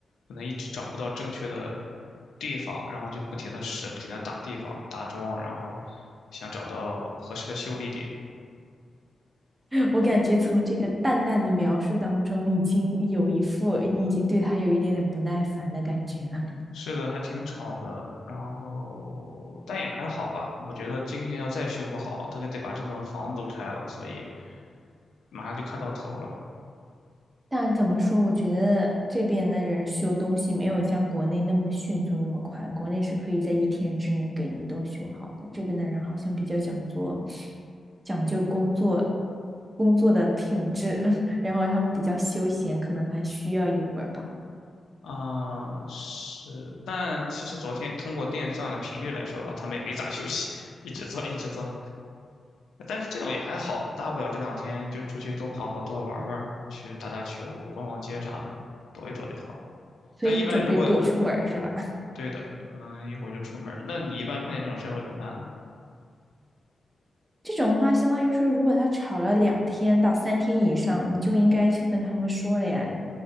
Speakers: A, on the left; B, on the right.
A: 可能一直找不到正确的地方，然后就不停的试，不停的打地方、打桩，然后想找到合适的修理点。
B: <laughs> 我感觉从这个淡淡的描述当中，已经有一副你已经对他有一点点不耐烦的感觉了。
A: 是的，还挺吵的，然后但也还好吧。我觉得今天要再修不好，他就得把这栋房子都拆了，所以。马上就看到头了
B: 但怎么说，我觉得这边的人修东西没有像国内那么迅速、那么快。国内是可以在一天之内给你都修好的，这边的人好像比较讲究，讲究工作工作的品质，<laughs> 然后他们比较休闲，可能还需要一会儿吧。
A: 啊，是，但其实昨天通过电钻的频率来说的话，他们也没咋休息，<laughs> 一直钻一直钻。但是这种也还好，大不了这两天就出去多跑跑、多玩玩，去打打球、逛逛街啥的，躲一躲就好了。
B: 所以你准备躲出门儿是吧？
A: 但一般如果对的，可能一会儿就出门儿那你一般碰见这种事儿会怎么办呢？
B: 这种话相当于说，如果他吵了两天到三天以上，你就应该去跟他们说了呀。